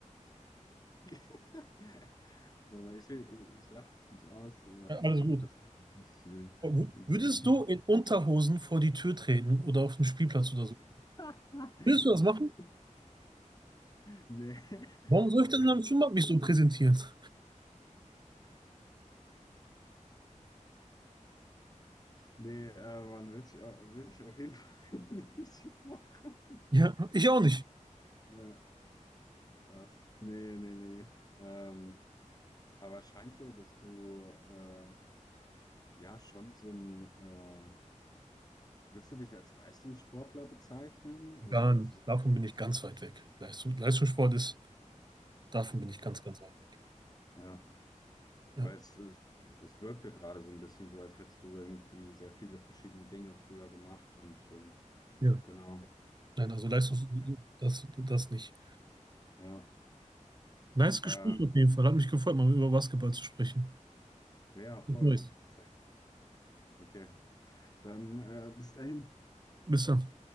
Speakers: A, on the left; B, on the right.
A: <laughs> Aber ich, ich lache dich nicht aus. Ja,
B: Ja,
A: Ich
B: alles
A: hoffe, du
B: gut.
A: verstehst es nicht. äh,
B: W-
A: gleich.
B: Würdest du in Unterhosen vor die Tür treten oder auf den Spielplatz oder so?
A: <laughs>
B: Willst du das machen?
A: Nee,
B: Warum soll
A: auf,
B: ich denn in einem Schwimmbad mich so präsentieren? <laughs>
A: nee, äh, Mann, will ich, au- will ich auf jeden Fall <laughs> nicht machen.
B: Ja, ich auch nicht.
A: Ja, krass. Nee, nee, nee. Ähm, aber es scheint so, dass du äh, ja schon so ein, äh, willst du dich als Leistungssportler bezeichnen oder
B: Gar nicht.
A: zu,
B: Davon bin ich ganz weit weg. Leistung, Leistungssport ist, davon bin ich ganz, ganz weit weg.
A: ja.
B: Ja.
A: Weil es, es, es wirkte gerade so ein bisschen so, als hättest du irgendwie sehr viele verschiedene Dinge früher gemacht und ähm,
B: Ja.
A: genau.
B: Nein, also Leistungs,
A: Okay.
B: das, das nicht.
A: Ja.
B: Nice Gespräch
A: Ähm,
B: auf jeden Fall. Hat mich gefreut, mal über Basketball zu sprechen.
A: ja, voll.
B: Bis Neues.
A: Safe. Okay. Dann äh, bis dahin.
B: Bis dann.